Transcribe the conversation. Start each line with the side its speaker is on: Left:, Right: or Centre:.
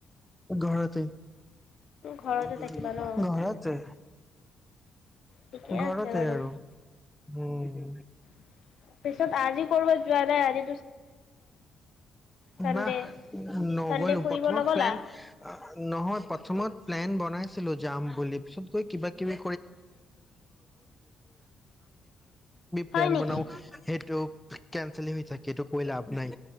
Centre: ঘৰতে।
Left: ঘৰতে
Centre: ঘৰতে,
Left: থাকিবা ন'? ঠিকে
Centre: ঘৰতে
Left: আছে বাৰু।
Centre: আৰু। উ। উ।
Left: তাৰ পিছত আজি কৰবাত যোৱা নাই আজি চানডে,
Centre: না, নগলো।
Left: চানডে ফুৰিব
Centre: প্ৰথমত
Left: নগ'লা?
Centre: প্লেন নহয় প্ৰথমত প্লেন বনাইছিলো যাম বুলি। কিবা-কিবি প্লেন
Left: হয় নেকি?
Centre: বনাও, সেইটো কেনঞ্চেল হৈ থাকে, এইটো কৈ লাভ নাই।